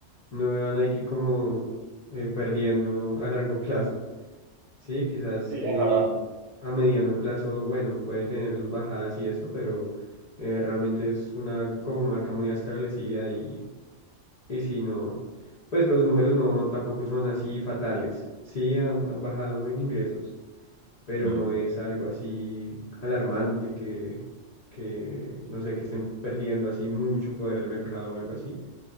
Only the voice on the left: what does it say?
No veo a Nike como eh, perdiendo a largo <laughs> plazo. Sí, quizás
eh,
a mediano plazo, bueno, puede tener sus bajadas y esto, pero eh, realmente es una como marca muy establecida y, y si no, pues los números no tampoco son así fatales. Sí han, han bajado en ingresos, pero
no es algo así alarmante que, que, no sé, que estén perdiendo así mucho poder de mercado o algo así.